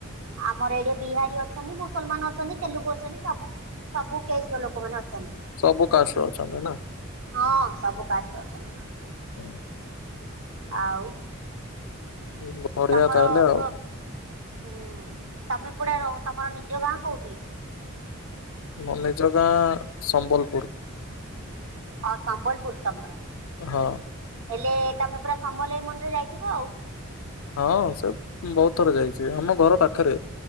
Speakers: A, on the right; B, on the left.
A: ଆମର ଏଇଠି ବିହାରୀ ଅଛନ୍ତି ମୁସଲମାନ ଅଛନ୍ତି ତେଲୁଗୁ ଅଛନ୍ତି ସବୁ। ସବୁ କେଷ୍ଟର ଲୋକମାନେ ଅଛନ୍ତି।
B: ସବୁ କାଷ୍ଟ ର ଅଛନ୍ତି ନା।
A: ହଁ ସବୁ କାଷ୍ଟର ଅଛନ୍ତି।
B: ହୁଁ,
A: ଆଉ।
B: <inaudible>
A: ତମର
B: ତାହେଲେ ଆଉ
A: କ ଉଁ ତମେ କଉଟା ର ତମର ନିଜ ଗାଁ କଉଠି?
B: ମୋ ନିଜ ଗାଁ ସମ୍ବଲପୁର।
A: ଅ ସମ୍ବଲପୁର ତମର।
B: ହଁ।
A: ହେଲେ ତମେ ପୁରା ସମଲେଇ ମନ୍ଦିର ଯାଇଥିବ ଆଉ।
B: ହଁ ସେ ଉଁ ବହୁତ ଥର ଯାଇଛି ଆମ ଘର ପାଖରେ